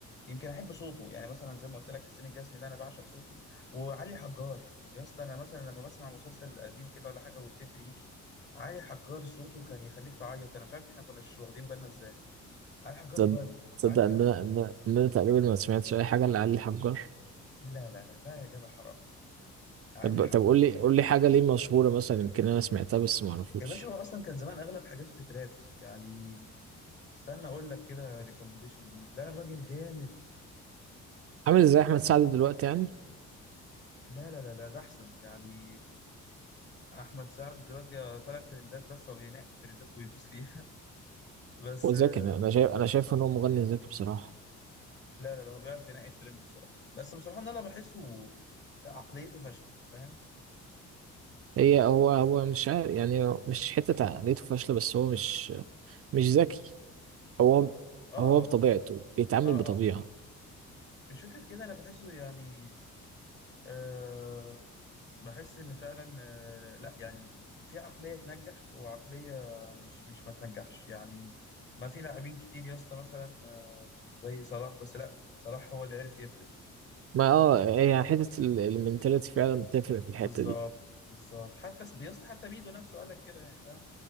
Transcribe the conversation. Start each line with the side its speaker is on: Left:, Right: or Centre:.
Left: يمكن احب صوته يعني مثلا زي ما قلت لك حسين الجسمي ده انا بعشق صوته وعلي حجار يا اسطى انا مثلا لما بسمع مسلسل قديم كده ولا حاجه والتتر يجي علي حجار صوته كان يخليك تعيط انا مش عارف احنا كناش واخدين بالنا ازاي علي حجار
Right: تصدق
Left: جامد
Right: تصدق
Left: علي الحج...
Right: ان انا ان انا ان انا تقريبا ما سمعتش اي حاجه لعلي حجار
Left: لا لا لا لا يا جدع حرام علي
Right: طب
Left: الحجار
Right: طب قول لي
Left: بامانه
Right: قول لي حاجه ليه مشهوره مثلا يمكن انا سمعتها بس ما اعرفوش
Left: يا باشا هو اصلا كان زمان اغلب حاجاته تترات يعني استنى اقول لك كده ريكومنديشن ليه لا الراجل جامد
Right: عامل ازاي احمد سعد دلوقتي يعني
Left: لا لا لا لا ده احسن يعني احمد سعد دلوقتي طالع ترندات بس هو بينقي الترندات ويدوس فيها بس
Right: هو ذكي
Left: آه،
Right: انا انا شايف انا شايف ان هو مغني ذكي بصراحه
Left: لا لا لا هو بيعرف ينقي الترند بصراحه بس بصراحه ان انا بحسه عقليته فاشله فاهم
Right: هي هو هو مش عارف يعني مش حته عقليته فاشله بس هو مش مش ذكي هو
Left: اه
Right: هو بطبيعته بيتعامل
Left: اه
Right: بطبيعه
Left: اه مش فكره كده انا بحسه يعني آه بحس ان فعلا آه لا يعني في عقليه تنجح وعقليه مش مش ما تنجحش يعني ما في لاعبين كتير يا اسطى مثلا آه زي صلاح بس لا صلاح هو اللي عرف يفلت
Right: ما اه هي حتة المنتاليتي فعلا بتفرق في الحتة
Left: بالظبط
Right: دي
Left: بالظبط حتى اسم- يا اسطى حتى ميدو نفسه قال لك كده يعني فاهم